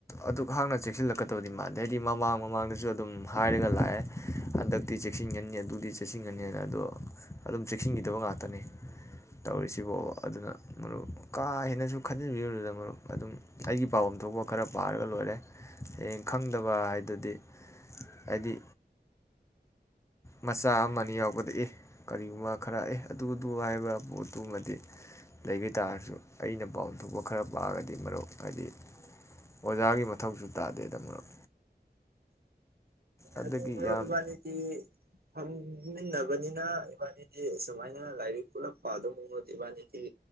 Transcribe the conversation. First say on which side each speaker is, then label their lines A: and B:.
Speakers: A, on the left; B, on the right.
A: ꯑꯗꯨꯛ ꯍꯥꯛꯅ ꯆꯦꯛꯁꯤꯜꯂꯛꯀꯗꯕꯗꯤ ꯃꯥꯟꯗꯦ ꯍꯥꯏꯗꯤ ꯃꯃꯥꯡ ꯃꯃꯥꯡꯗꯁꯨ ꯑꯗꯨꯝ ꯍꯥꯏꯔꯒ ꯂꯥꯛꯑꯦ ꯍꯟꯗꯛꯇꯤ ꯆꯦꯛꯁꯤꯟꯒꯅꯤ ꯑꯗꯨꯗꯤ ꯆꯦꯛꯁꯤꯟꯒꯅꯤꯅ ꯑꯗꯣ ꯑꯗꯨꯝ ꯆꯦꯛꯁꯤꯟꯈꯤꯗꯕ ꯉꯥꯛꯇꯅꯤ ꯇꯧꯔꯤꯁꯤꯕꯥꯎ ꯑꯗꯨꯅ ꯃꯔꯨꯞ ꯀꯥ ꯍꯦꯟꯅꯁꯨ ꯈꯟꯖꯤꯟꯕꯤꯔꯨꯗꯨꯅ ꯃꯔꯨꯞ ꯑꯗꯨꯝ ꯑꯩꯒꯤ ꯄꯥꯐꯝ ꯊꯣꯛꯄ ꯈꯔ ꯄꯥꯔꯒ ꯂꯣꯏꯔꯦ ꯍꯌꯦꯡ ꯈꯪꯗꯕ ꯍꯥꯏꯗꯨꯗꯤ ꯍꯥꯏꯗꯤ ꯃꯆꯥ ꯑꯃ ꯌꯥꯎꯕꯗ ꯑꯦ ꯀꯔꯤꯒꯨꯝꯕ ꯈꯔ ꯑꯦ ꯑꯗꯨꯗꯨ ꯍꯥꯏꯕ ꯄꯣꯠꯇꯨꯃꯗꯤ ꯂꯩꯒꯦ ꯇꯥꯔꯁꯨ ꯑꯩꯅ ꯄꯥꯎ ꯊꯣꯛꯄ ꯈꯔ ꯄꯥꯑꯒꯗꯤ ꯃꯔꯨꯞ ꯍꯥꯏꯗꯤ ꯑꯣꯖꯥꯒꯤ ꯃꯊꯧꯁꯨ ꯇꯥꯗꯦꯗ ꯃꯔꯨꯞ ꯑꯗꯒꯤ
B: ꯑꯗꯨ ꯃꯔ
A: ꯌꯥꯝ
B: ꯏꯕꯥꯅꯤꯤ ꯐꯝꯃꯤꯟꯅꯕꯅꯤꯅ ꯏꯕꯥꯅꯤꯗꯤ ꯁꯨꯃꯥꯏꯅ ꯂꯥꯏꯔꯤꯛ ꯄꯨꯂꯞ ꯄꯥꯗꯧ ꯃꯉꯨꯠ ꯏꯕꯥꯅꯤꯗꯤ